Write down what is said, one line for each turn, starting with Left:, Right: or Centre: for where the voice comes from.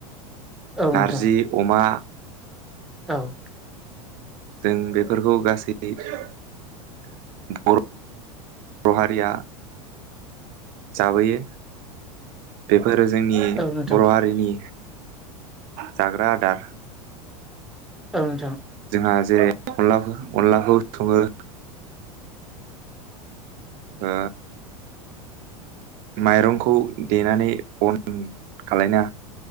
Centre: औ
Right: नारजि
Centre: नोंथां
Right: अमा,
Centre: औ
Right: जों बेफोरखौ गासै दै बर' हारिआ जाबोयो बे फोर जोंनि
Centre: औ नोंथां
Right: बर' हारिनि जाग्रा आदार।
Centre: औ नोंथां।
Right: जोंहा जेरै अनला अनलाखौ सङो ओ माइरंखौ देनानै अन खालायना